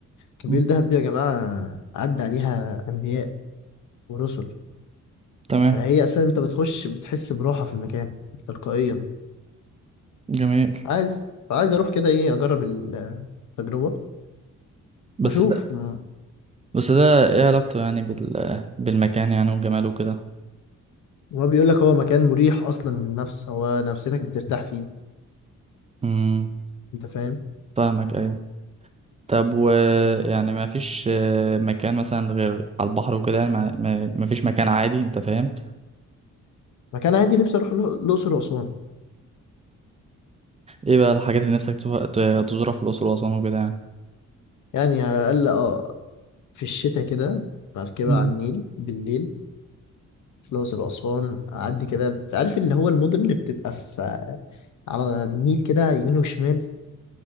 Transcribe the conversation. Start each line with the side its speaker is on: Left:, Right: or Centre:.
Left: كان
Right: مم.
Left: بيقول دهب دي يا جماعه عدى عليها انبياء ورسل
Right: تمام
Left: فهي اساسا انت بتخش بتحس براحه في المكان تلقائيا
Right: جميل
Left: عايز فعايز اروح كده ايه اجرب ال- التجربه
Right: بس
Left: واشوف
Right: ده
Left: م-
Right: بس ده ايه علاقته يعني بال بالمكان يعني وجماله وكده
Left: وما بيقول لك هو مكان مريح اصلا للنفس هو نفسيتك بترتاح فيه
Right: امم
Left: انت فاهم
Right: فاهمك ايوه طب و يعني ما فيش آه، مكان مثلا غير على البحر وكده يعني ما ما ما فيش مكان عادي انت فاهم
Left: مكان عادي نفسي اروح الأ- الاقصر واسوان
Right: ايه بقى الحاجات اللي نفسك تزورها ت- تزورها في الاقصر واسوان وكده يعني
Left: يعني على الأقل اه في الشتاء كده مركبة
Right: مم.
Left: على النيل بالليل في الأقصر وأسوان أعدي كده عارف اللي هو المدن اللي بتبقى في على النيل كده يمين وشمال